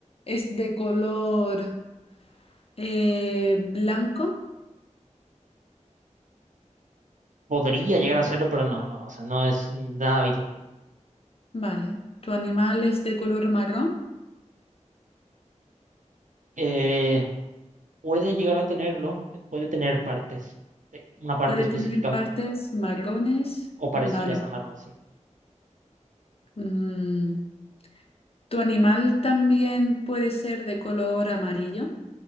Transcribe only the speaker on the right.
podría llegar a serlo, pero no, no, o sea, no es nada habitual.
Eh, puede llegar a tenerlo, puede tener partes, eh, una parte
específica
ma-
o
parecidas a marrón, sí.